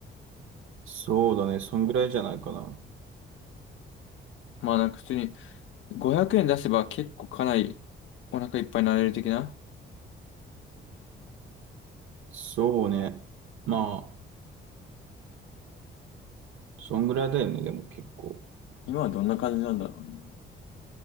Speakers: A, on the right; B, on the left.
A: そうだね。そんぐらいじゃないかな。
B: う。まあなんか普通に500円出せば結構かなりお腹いっぱいになれる的な。
A: そうね。まあ、そんぐらいだよね。でも結構。
B: 今はどんな感じなんだろうね。